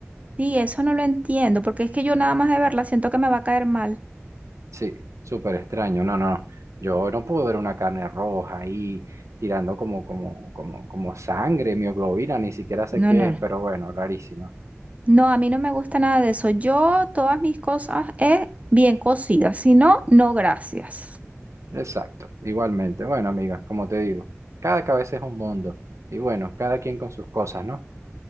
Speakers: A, on the right; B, on the right.
A: Sí, eso no lo entiendo, porque es que yo nada más de verla siento que me va a caer mal.
B: Sí, súper extraño. No, no, yo no puedo ver una carne roja ahí tirando como, como, como, como sangre, mioglobina, ni siquiera sé
A: No,
B: qué
A: no.
B: es, pero bueno, rarísima.
A: No, a mí no me gusta nada de eso. Yo todas mis cosas es bien cocidas, si no, no gracias.
B: Exacto, igualmente. Bueno, amiga, como te digo, cada cabeza es un mundo. Y bueno, cada quien con sus cosas, ¿no?